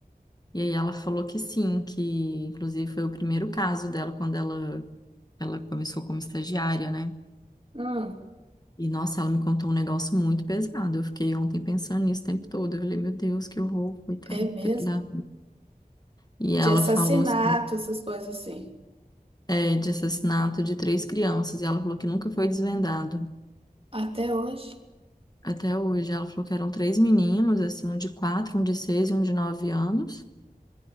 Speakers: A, on the left; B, on the right.
A: E aí ela falou que sim, que inclusive foi o primeiro caso dela quando ela, ela começou como estagiária, né?
B: Hum,
A: E nossa, ela me contou um negócio muito pesado. Eu fiquei ontem pensando nisso o tempo todo. Eu falei, meu Deus, que horror, coitada,
B: é mesmo?
A: tem que dar. E ela
B: De assassinato,
A: falou assim,
B: essas coisas assim.
A: é, de assassinato de três crianças, e ela falou que nunca foi desvendado.
B: Até hoje.
A: Até hoje, ela falou que eram três meninos, assim, um de quatro, um de seis e um de nove anos.